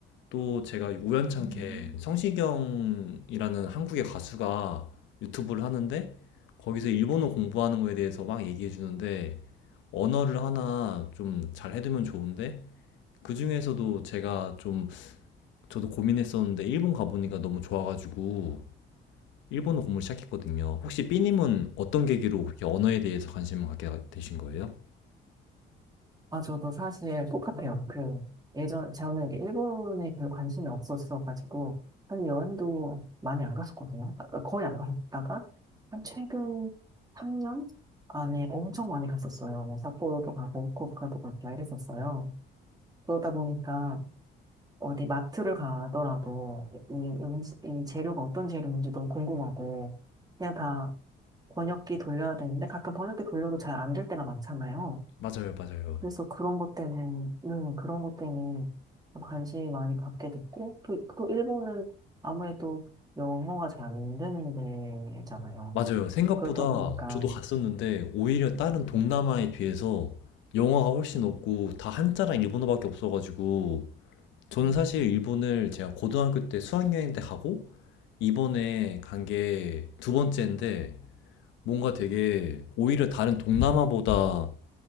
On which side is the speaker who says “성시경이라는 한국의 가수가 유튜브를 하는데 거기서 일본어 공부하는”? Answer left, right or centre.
Left